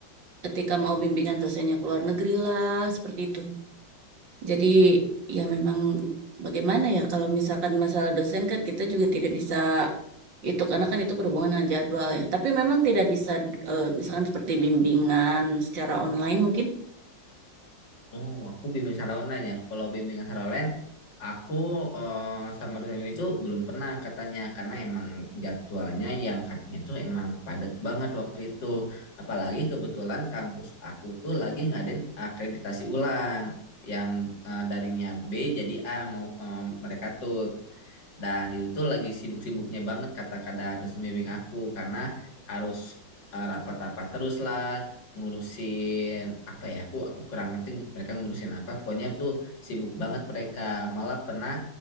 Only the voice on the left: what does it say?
Oh, aku bimbing secara online ya. Kalau bimbingan secara online, aku eh, sama dosen itu belum pernah katanya karena emang jadwalnya yang katanya tuh emang padat banget waktu itu. Apalagi kebetulan kampus aku tuh lagi ngadain akreditasi ulang yang eh, darinya B jadi A mau eh, mereka tuh. Dan itu tuh lagi sibuk-sibuknya banget kata kata dosen bimbing aku karena harus eh, rapat-rapat terus lah ngurusin apa ya aku aku kurang ngerti mereka ngurusin apa pokoknya tuh sibuk banget mereka malah pernah